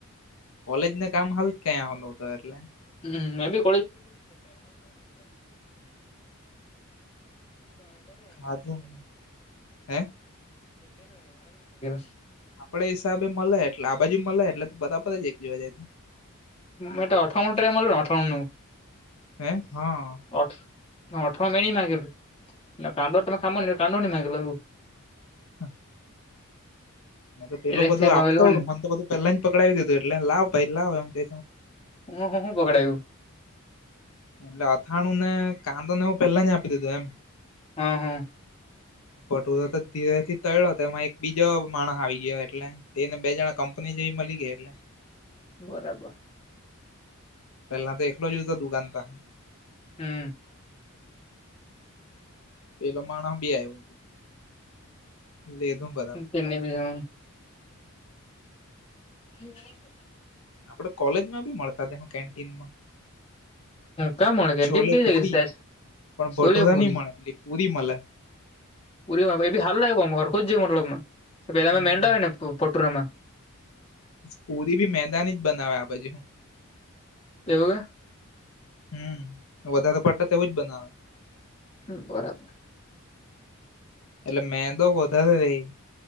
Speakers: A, on the left; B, on the left.
A: કોલેજને કામ હારૂ જ ક્યા આવેલો હતો એટલે
B: હમ મે બી
A: ખાધું હે
B: <unintelligible> <unintelligible>
A: આપડે હિસાબે મળે એટલે આ બાજુ મળે એટલે તો બધા પર જ એક જવા જાય
B: એ એ તો અઠમણ ટ્રેમ મારલ અઠ મણનું.
A: હે હા.
B: ઠ અઠરો મે માગ. ના કાંદ તમે ખામ નની એ કાંદ નની માાગીલો તું.
A: હા. મેં તો પેલો
B: એટલે
A: બધું
B: કઈ
A: આપતો
B: ભાવેલું
A: હોું મને તો બધ પેલા જ પકડાવીું એટલે લાવ ભાઈ લાવ એમ કે.
B: હ હ હ બગઘડું.
A: એટલે અથાણું ને કાંદો ને હું પેલા ની આપી દીધું એમ
B: હા હા.
A: પટુરો તો ધીરે થી તળ્યો એમાં એક બીજો માણસ આવી ગયો એટલે. તેને બે જણા કંપની જેવી મળી ગયા એટલે.
B: બરાબર.
A: પહેલા તો દખલો લો જ તો દુગંધ ત હ.
B: હમ.
A: પેલો માણસ બી આવ્યો. એદ <inaudible>
B: તેને બ હ <inaudible> હા <inaudible>
A: આપડે કોલેજમાં ભી મળતા હતા હું કેન્ટીનમાં.
B: ક્યાં મળે કેન્ટીન
A: છોલે
B: કઈ
A: પુરી
B: જગ્યાએ છે સાહેબ
A: પણ ભટોરા
B: છોલે પૂરી
A: નહી મળે એટલે પુરી મળે.
B: ઉ એ હાલ લાગેર ખજ જ એ મં
A: હમ
B: ને પટરમાં.
A: પુરી ભી મેદાની જ બનાવે આ બાજુ.
B: તેવું કે.
A: હમ વધારે પડતા તેવું જ બનાવે.
B: હમ બરાબર.
A: એટલે મેદો વધારે રહી